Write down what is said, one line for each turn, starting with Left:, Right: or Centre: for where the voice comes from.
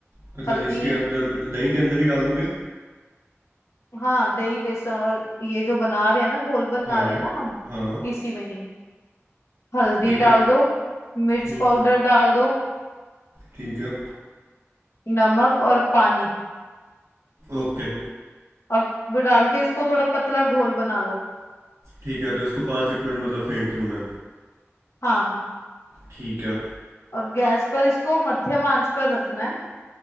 Right: अच्छा
Left: हल्दी
Right: तो इसके अंदर दही के अंदर ही डाल दूँगे
Left: हाँ दही बेसन और ये जो बना रहे हैं ना घोल बना
Right: हाँ
Left: रहे हैं ना हम
Right: हाँ
Left: इसी में ही हल्दी
Right: ठीक है
Left: डाल दो मिर्च
Right: हम्म
Left: पाउडर डाल दो
Right: ठीक है
Left: नमक और पानी
Right: ओके
Left: अब अब डाल के इसको थोड़ा पतला घोल बना लो
Right: ठीक है तो इसको पाँच एक मिनट मतलब फेंट लूँ मैं
Left: हाँ हाँ
Right: ठीक है
Left: और गैस पर इसको मध्यम आंच पर रखना है